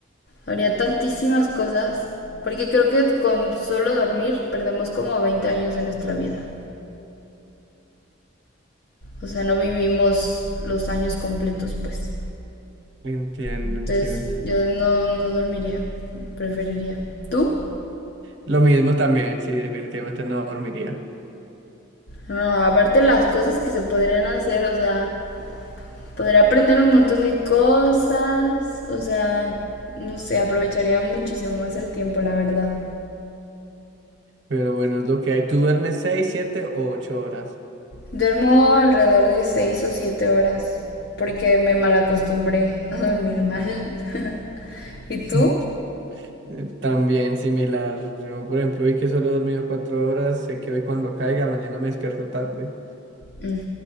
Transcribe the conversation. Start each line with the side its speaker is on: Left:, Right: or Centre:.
Left: Haría tantísimas cosas, porque creo que con solo dormir perdemos como 20 años de nuestra vida. O sea, no vivimos los años completos, pues.
Right: Entiendo,
Left: Entonces,
Right: entiendo.
Left: yo no, no dormiría, preferiría. ¿Tú?
Right: Lo mismo también, sí, definitivamente no dormiría.
Left: No, aparte las cosas que se podrían hacer, o sea, podría aprender un montón de cosas, o sea, no sé, aprovecharía muchísimo más el tiempo, la verdad.
Right: Pero bueno, es lo que hay. ¿Tú duermes seis, siete o ocho horas?
Left: Duermo alrededor de 6 o 7 horas, porque me malacostumbré a dormir mal. <laughs> ¿Y
Right: <laughs>
Left: tú?
Right: Eh, También similar. Yo, por ejemplo, hoy que solo he dormido cuatro horas, sé que hoy cuando caiga, mañana me despierto tarde.
Left: Mm.